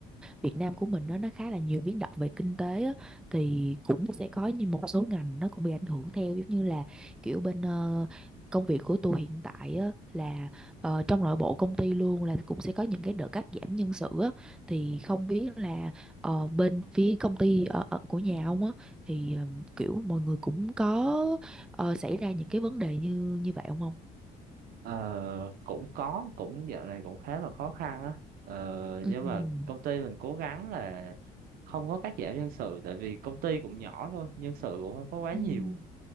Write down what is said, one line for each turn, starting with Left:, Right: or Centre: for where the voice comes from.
Centre: Việt Nam của mình nó nó khá là nhiều biến động về kinh tế á, thì cũng sẽ có như một số ngành nó cũng bị ảnh hưởng theo giống như là kiểu bên ờ, công việc của tôi hiện tại á, là ờ, trong nội bộ công ty luôn là cũng sẽ có những cái đợt cắt giảm nhân sự á, thì không biết là ờ, bên phía công ty ở, ở của nhà ông á thì ờ, kiểu mọi người cũng có ờ, xảy ra những cái vấn đề như như vậy không ông?
Right: Ờ, cũng có cũng dạo này cũng khá là khó khăn á ờ,
Centre: Ừm,
Right: nhưng mà công ty mình cố gắng là không có cắt giảm nhân sự tại vì công ty cũng nhỏ thôi nhân sự cũng không có quá
Centre: ừm,
Right: nhiều